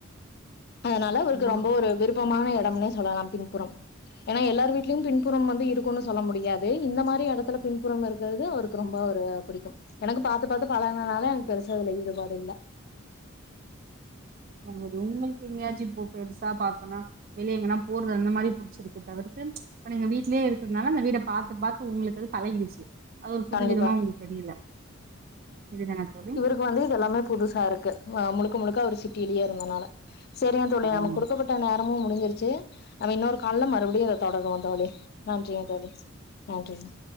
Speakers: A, on the left (about 50°); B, on the right (about 45°).
A: அதுனால அவருக்கு
B: ஏன்னா
A: ரொம்ப ஒரு விருப் ப்பமான எடம்னே சொல்லலாம் பின்புறம் ஏனா எல்லார் வீட்லயும் பின்புறம் வந்து இருக்குனு சொல்ல முடி முடியாது இந்த மாரி எடத்துல பின்புறம் இருக்குறது அவருக்கு ரொம்ப ஒரு புடிக்கும் எனக்குப் பாத்து பாத்து பழகுனனால எனக்கு பெருசா இதுல ஈடுபாடு இல்ல
B: அவளோடது உங்களுக்கு எங்கேயாச்சு இப்போ பெருசா பார்த்தோனா வெளிய எங்கன்னா போறது அந்த மாரி புடிச்சுருக்கு தவிர்த்து இப்ப நீங்க வீட்லயே இருக்குறதுனால அந்த வீட பாத்து பாத்து உங்களுக்கு அது பழகிடுச்சு அது ஒரு புது
A: கண்டிப்பா
B: விதமா உங்களுக்கு தெரியில சரிதானா தோழி
A: இப்ப வந்து இது எல்லாமே புதுசா இருக்கு வா முழுக்க முழுக்க அவரு சிட்டியிலேயே இருந்தனால செரிங்க தோழி நமக்கு
B: ஆமா
A: குடுக்கப்பட்ட ட்ட நேரமு முடிஞ்சுருச்சு நம்ம இன்னோரு கால்ல மறுபடியு இத தொடருவோ தோழி நன்றிங்க தோழி நன்றிங்